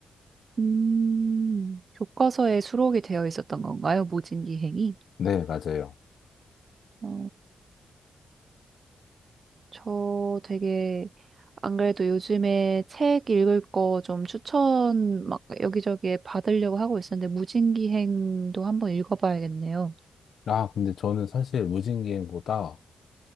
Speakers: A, on the right; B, on the left.
A: 음, 교과서에 수록이 되어 있었던 건가요? 무진 기행이?
B: 네, 맞아요.
A: 어, 저 되게 안 그래도 요즘에 책 읽을 거 좀 추천 막 여기저기에 받으려고 하고 있었는데 무진기행도 한번 읽어봐야겠네요.
B: 아, 근데 저는 사실 무진기행보다